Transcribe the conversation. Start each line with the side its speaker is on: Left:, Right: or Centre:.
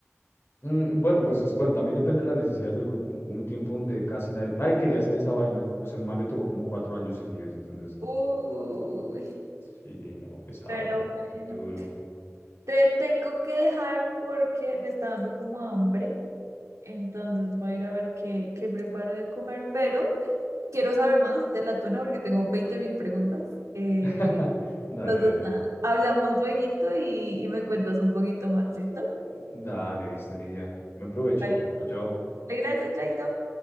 Left: Mm, Bueno, pues es, bueno, también depende de las necesidades del grupo. Hubo un tiempo donde casi nadie, nadie quería hacer esa vaina, pues el man le tocó como cuatro años seguidos, entonces,
Right: Uy,
Left: sí, no, pesado,
Right: pero bueno.
Left: duro.
Right: Te tengo que dejar porque me está dando como hambre. Entonces voy a ir a ver qué, qué preparo de comer, pero Quiero saber más de la tuna porque tengo veinte mil preguntas. Eh,
Left: <laughs> Dale,
Right: entonces,
Left: dale,
Right: nada, hablamos lueguito y, y me cuentas un poquito más, ¿listo?
Left: dale, listo, Nidia. Buen provecho.
Right: Vale,
Left: Chao, chao.
Right: gracias, Chaito.